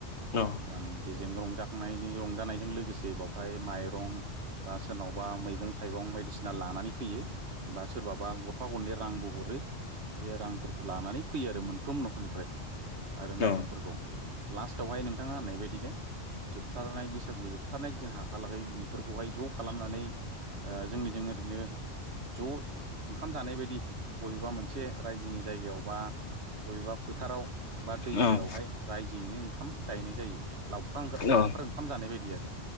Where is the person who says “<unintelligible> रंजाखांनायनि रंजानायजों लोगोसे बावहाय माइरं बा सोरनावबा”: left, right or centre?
Right